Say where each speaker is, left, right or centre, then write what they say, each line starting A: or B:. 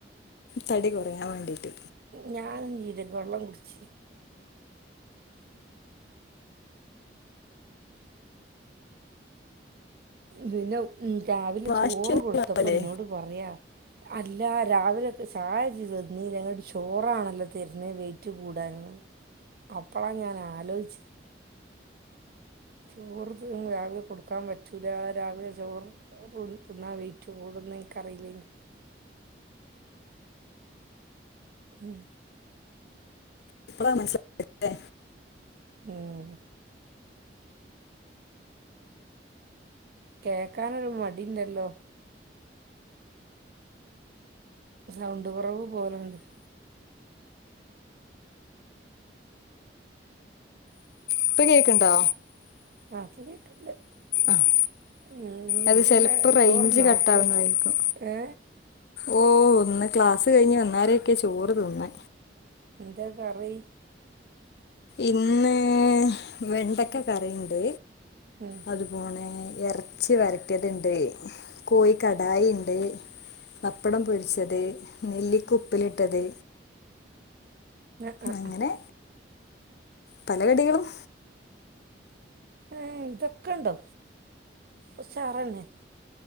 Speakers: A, on the left (about 60°); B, on the right (about 55°).
A: തടി കുറയാൻ വേണ്ടിയിട്ട്
B: ഞാനും ജീരക വെള്ളം കുടിച്ച് പിന്നെ ഉം രാവിലെ
A: വാശില്ലേ
B: ചോറ് കൊടുത്തപ്പ എന്നോട് പറയാ അല്ല രാവിലെത്തെ ചായ ഇജ്ജ് തന്നീല ന്ന്ട്ട് ചോറാണല്ലോ തരണെ വെയിറ്റ് കൂടാന് അപ്പള ഞാൻ ആലോച്ച് ചോറ് തി രാവിലെ കൊ കൊടുക്കാൻ പറ്റും ചുല രാവിലെ ചോറ് തിന്നാ വെയ്റ്റ് കൂട്ന്ന് എനിക്കറിലേനു ഉം
A: ഇപ്പളാ മനസിലായതല്ലേ
B: ഉം കേക്കാനൊരു മടിണ്ടല്ലോ സൗണ്ട് കുറവ് പോലണ്ട്
A: ഇപ്പൊ കേക്കണ്ടോ
B: ആഹ് പ്പോ കേക്ക്ണ്ട്
A: അഹ്
B: ഉം
A: അത്
B: ഇജ്ജെന്താ
A: ചെലപ്പോ റേയ്ഞ്ച്
B: ചോറ്ന്നോ
A: കട്ടാ
B: ഉച്ച
A: വുന്നതായിരിക്കു
B: ഏ
A: ഓ ഒന്ന് ക്ലാസ് കഴിഞ്ഞ് വന്നാരെയൊക്കെ ചോറ് തിന്നെ
B: എന്താ കറി
A: ഇന്ന് വെണ്ക്ക കറീണ്ട്
B: ഉം
A: അത് പോണേ ഇറച്ചി വരട്ടിയത്ണ്ട് കോയി കടായി ഇണ്ട് പപ്പടം പൊരിച്ചത് നെല്ലിക്ക ഉപ്പിലിട്ടത്
B: ഉ ആ
A: അങ്ങനെ പല കടികളും
B: ഏ ഇതൊക്കെ ഇണ്ടോ ഉഷാറ തന്നെ